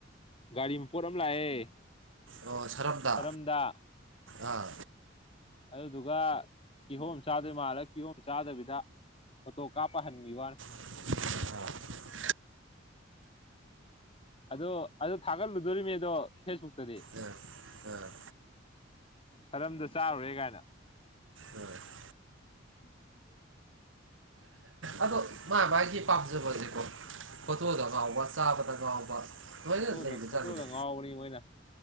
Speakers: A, on the left (about 30°); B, on the right (about 85°).
A: ꯒꯥꯔꯤ ꯃꯄꯣꯠ ꯑꯃ ꯂꯥꯛꯑꯦ
B: ꯑꯣ ꯁꯔꯝꯗꯥ
A: ꯁꯔꯝꯗ
B: ꯑꯥ
A: ꯑꯗꯨꯗꯨꯒ ꯀꯤꯍꯣꯝ ꯆꯥꯗꯣꯏ ꯃꯥꯜꯂ ꯀꯤꯍꯣꯝ ꯆꯥꯗꯕꯤꯗ ꯐꯣꯇꯣ ꯀꯥꯞ ꯄꯍꯟꯒꯤ ꯋꯥꯅꯦ
B: ꯑ
A: ꯑꯗꯣ ꯑꯗꯨ ꯊꯥꯒꯠꯂꯨꯗꯣꯔꯤꯅꯦ ꯑꯗꯣ ꯐꯦꯁꯕꯨꯛꯇꯗꯤ
B: ꯑꯥ ꯑꯥ
A: ꯁꯥꯔꯝꯗ ꯆꯥꯔꯨꯔꯦ ꯀꯥꯏꯅ
B: ꯑꯥ
A: <inaudible>
B: ꯑꯗꯣ ꯃꯥ ꯃꯥꯒꯤ ꯄꯥꯝꯖꯕꯁꯦꯀꯣ ꯐꯣꯇꯣꯗ ꯐꯥꯎꯕ ꯆꯥꯕ ꯈꯒꯥꯎꯕ ꯂꯣꯏꯅ
A: ꯐꯣꯇꯣꯗ
B: ꯂꯩꯕꯖꯥꯠꯅꯤꯗ
A: ꯐꯣꯇꯣꯗ ꯉꯥꯎꯕꯅꯤ ꯃꯣꯏꯅ